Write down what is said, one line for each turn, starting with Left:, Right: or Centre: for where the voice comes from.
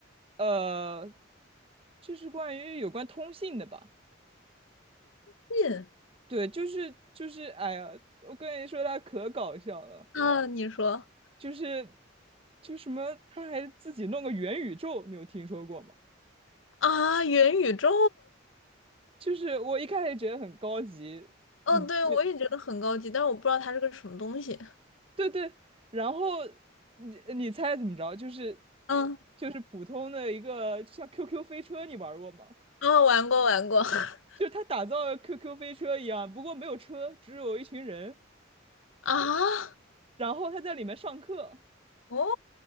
Right: 呃，就是关于有关通信的吧？
Left: 嗯，
Right: 对，就是就是，哎呀，我跟你说，他可搞笑了，
Left: 啊，你说
Right: 就是就什么，他还自己弄个元宇宙，你有听说过吗？
Left: 啊，元宇宙。
Right: 就是我一开始觉得很高级，
Left: 嗯，
Right: 嗯，
Left: 对，
Right: 就
Left: 我也觉得很高级，但是我不知道它是个什么东西。
Right: 对对，然后你你猜怎么着？就是
Left: 嗯，
Right: 就是普通的一个就像 QQ 飞车，你玩过吗？<laughs>
Left: 啊、玩过玩过 <laughs>
Right: 就是他打造了 QQ 飞车一样，不过没有车，只有一群人。
Left: 啊，
Right: 然后他在里面上课
Left: 哦，